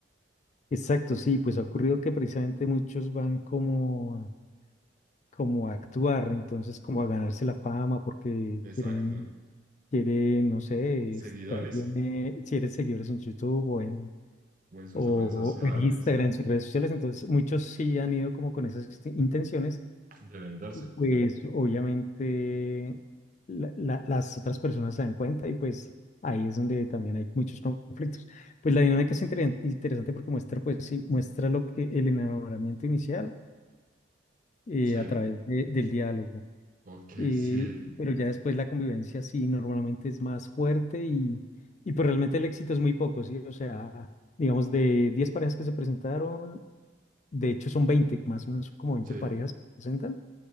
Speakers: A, on the left; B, on the right.
A: Exacto, sí, pues ha ocurrido que precisamente muchos van como como a actuar, entonces como a ganarse la fama porque
B: Exacto.
A: quieren, quieren, no sé, estar
B: Seguidores
A: bien, eh, quieren seguidores en YouTube o en,
B: o en sus
A: o
B: redes sociales
A: o en Instagram, en sus redes sociales, entonces muchos sí han ido como con esas este- intenciones,
B: deben darse.
A: y pues obviamente la- la- las otras personas se dan cuenta y pues ahí es donde también hay muchos conflictos. Pues la dinámica es inter- interesante porque muestra, pues sí, muestra lo que el enamoramiento inicial eh,
B: Sí.
A: a través de- del diálogo.
B: Ok,
A: Eh,
B: sí,
A: pero ya después la convivencia sí normalmente es más fuerte y, y pues realmente el éxito es muy poco, ¿sí? O sea, digamos de 10 parejas que se presentaron, de hecho son veinte más o menos son como veinte
B: sí,
A: parejas que se presentan,